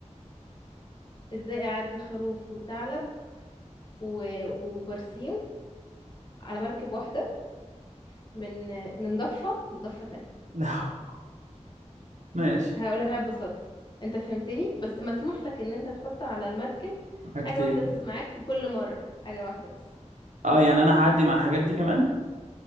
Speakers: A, on the left; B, on the right.
A: ازاي اعدي خروف وثعلب و- وبرسيم على مركب واحدة من من ضفة لضفة تانية
B: لا حول. ماشي
A: هقولها ببساطة انت فهمتني بس مسموح لك ان انت تحط على المركب
B: حاجتين
A: حاجة واحدة بس معاك في كل مرة حاجة واحدة بس
B: اه يعني انا هعدي مع الحاجات دي كمان